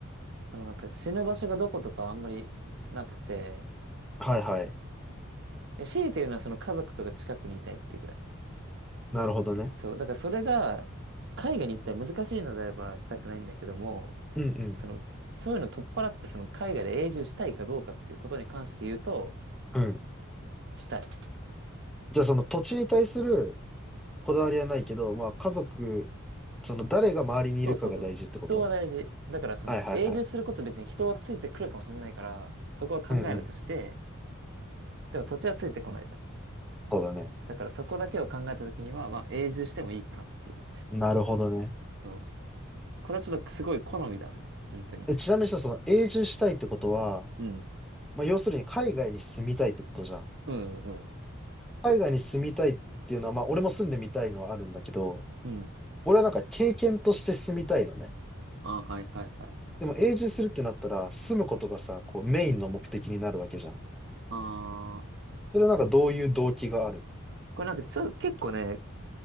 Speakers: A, on the right; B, in the centre.
A: そのなんか死ぬ場所がどことかあんまりなくて、
B: はいはい。
A: え強いて言うのはその家族とか近くにいたいってぐらい。
B: なるほどね。
A: そう。だからそれが、海外に行ったら難しいのであればしたくないんだけども、
B: うんうん。
A: その、そういうの取っ払って、その海外で永住したいかどうかっていうことに関して言うと、
B: うん。
A: したい。
B: じゃあその土地に対するこだわりはないけど、まあ家族、その誰が周りにいるかが大事ってこと
A: そうそうそう。人は大事。だからその永住すること別に人はついてくるかもしれないから、
B: はいはいはい。
A: そこは考えるとして、
B: うんうん。
A: でも土地はついてこないじゃん。
B: そうだね。
A: だからそこだけを考えたときには、まあ永住してもいいかなっていう。
B: なるほどね。
A: そう。これはちょっとすごい好みだね。本当に。
B: え、ちなみにさ、その永住したいってことは、
A: うん。
B: まあ要するに海外に住みたいってことじゃん。
A: うんうん。
B: 海外に住みたいっていうのは、まあ俺も住んでみたいのはあるんだけど、
A: うん。
B: 俺はなんか経験として住みたいのね。
A: あ、はいはいはい。
B: でも永住するってなったら、住むことがさ、こうメインの目的になるわけじゃん。
A: ああ。
B: それはなんかどういう動機があるの
A: これなんかちょ、結構ね、